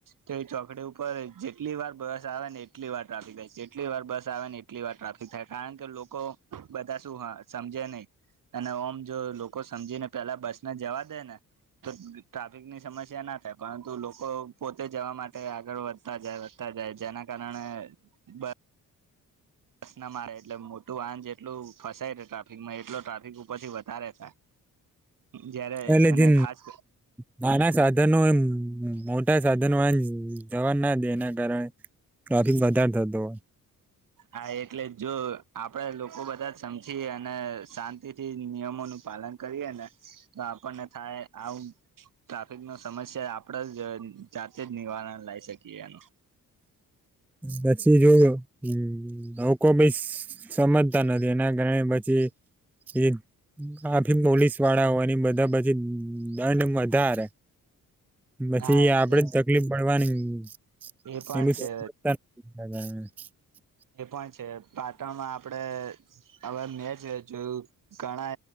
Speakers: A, on the right (about 65°); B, in the centre.
A: તો એ ચોકડી ઉપર જેટલી વાર બસ આવે ને એટલી વાર ટ્રાફિક થાય જેટલી વાર બસ આવે ને એટલી વાર ટ્રાફિક થાય કારણ કે લોકો લોકો બધા શું સમજે નહી અને ઓમ જો લોકો સમજીને પેલા બસને જવા દે ને તો ટ્રાફિક ની સમસ્યા ના થાય પરંતુ લોકો પોતે જવા માટે આગળ વધતા જાય વધતા જાય જેના કારણે બ પ્રસનમાં આવે એટલે મોટું વાહન જેટલું ફસાય છે ટ્રાફિકમાં એટલો ટ્રાફિક ઉપરથી વધારે થાય જયારે
B: એલે
A: અને
B: જે
A: ખાસ
B: નાના સાધનો એમ હ બ સાધનમાંન <unintelligible> ના દે એના કારણે <unintelligible> વધાર થતો હોય
A: હા એટલે જો આપણેે લોકો બધા જ સમજી અને શાંતિથી નિયમોનું પાલન કરીએ ને તો આપણને થાય આવું ટ્રાફિક ન સમસ્યા આપણે જ જાતે જ નિવારણ <unintelligible> શકીએ એનું
B: પછી જો <unintelligible> લોકો <unintelligible> સમજતા નથી એના કારણે પછી એ આ <unintelligible> પોલીસ વાળા હોય બધા પછી દંડ વધારે પછી
A: હા
B: આપડે
A: એ
B: તકલીફ પડવાની <unintelligible>
A: એ પણ
B: એવી
A: છે.
B: <unintelligible>
A: એ પણ છે, પાટણમાં આપણેે હવે મેં છે, જોયું ઘણા